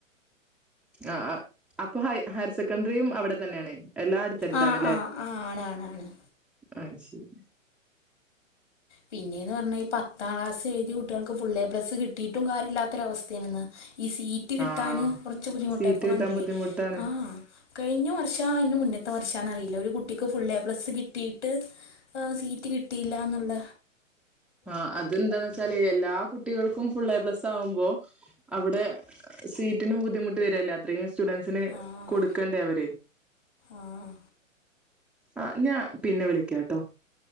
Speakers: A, in the centre; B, on the left.
A: ആഹ് അപ്പൊ ഹയർ സെക്കൻഡറിയും അവിടെ തന്നെയാണ് എല്ലാടുത്തടുത്താണല്ലേ
B: ആ ആ ആ ആണ് ആണ് ആണ്
A: ആഹ് ശരി
B: പിന്നേന്ന് പറഞ്ഞാ ഈ പത്താം ക്ലാസ് ഏഴുതിയ കുട്ടികൾക്കു ഫുള്ളേപ്ലസ് കിട്ടിയിട്ടും കാര്യല്ലാത്തൊരവസ്ഥയാണിന്ന് ഈ സീറ്റ് കിട്ടാന്
A: ആഹ്
B: കുറച്ച് ബുദ്ധിമുട്ടായി
A: സീറ്റ്
B: ഇപ്പ
A: കിട്ടാൻ
B: കണ്ടില്ലേ
A: ബുദ്ധിമുട്ടാണ്
B: ആഹ് കഴിഞ്ഞ വർഷോ അതിന് മുന്നത്തെ ത്ത വർഷാന്ന് അറിയില്ല ഒരു കുട്ടിക്ക് ഫുൾ പ്ലസ് കിട്ടയിട്ട് ആഹ് സീറ്റ് കി കിട്ടയില്ലാന്നുള്ള
A: ആഹ് അതെന്താന്ന് വെച്ചാല് എല്ലാ കുട്ടികൾക്കും ഫുൾ എ പ്ലസ് ആകുമ്പോ അവിടെ സീറ്റിനും ബുദ്ധിമുട്ട് വരെല്ലേ അത്രയും സ്റ്റുഡൻസിന്
B: ആഹ്
A: കൊടുക്കണ്ടേ അവര്
B: ആഹ്
A: ആഹ് ഞാൻ പിന്നെ വിളിക്കാട്ടോ